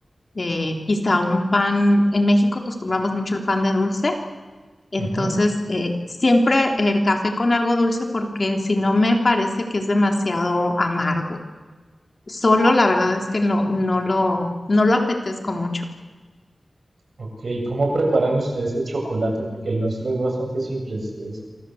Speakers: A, on the left; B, on the right.
A: eh, quizá un pan. En México acostumbramos mucho el pan de dulce, entonces
B: Ujú.
A: eh, siempre el café con algo dulce porque si no me parece que es demasiado amargo. Solo la verdad es que no, no lo, no lo apetezco mucho.
B: Ok, ¿cómo preparan ustedes el chocolate? Porque el nuestro es bastante simple. Es, es